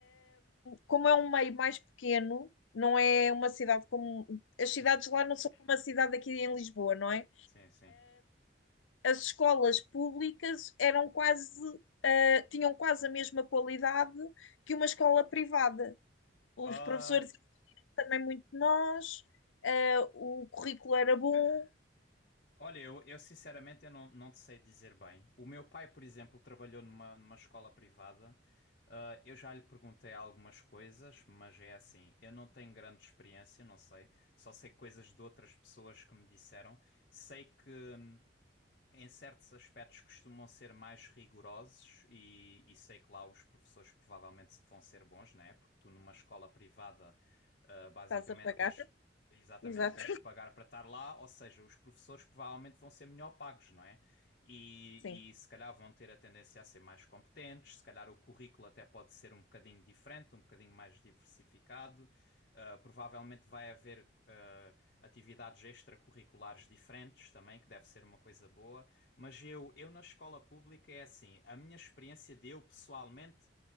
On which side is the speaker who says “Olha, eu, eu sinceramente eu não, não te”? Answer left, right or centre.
Left